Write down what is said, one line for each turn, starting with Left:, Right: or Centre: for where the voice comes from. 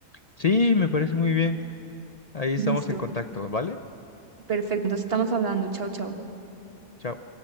Left: Sí, me parece muy bien. Ahí estamos
Right: Listo,
Left: en contacto, ¿vale?
Right: perfecto, entonces estamos hablando, chao, chao.
Left: Chao.